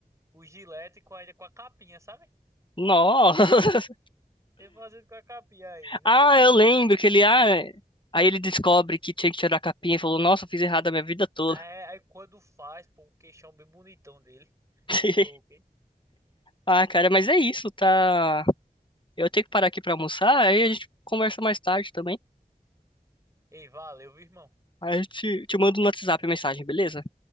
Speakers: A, on the right; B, on the left.
A: o gilete e com a, com a capinha, sabe?
B: Nossa! <laughs>
A: Ele fazendo com a capinha ainda,
B: Ah,
A: pô.
B: eu lembro que ele... Ah, aí ele descobre que tinha que tirar a capinha e falou, nossa, eu fiz errado a minha vida toda.
A: Aí, aí quando faz, pô, o queixão bem bonitão dele. <laughs>
B: <laughs>
A: Louco, hein?
B: Ah, cara, mas é isso, tá? Eu tenho que parar aqui pra almoçar, aí a gente conversa mais tarde também.
A: Ei, valeu, viu, irmão?
B: Aí eu te, te mando no WhatsApp a mensagem, beleza?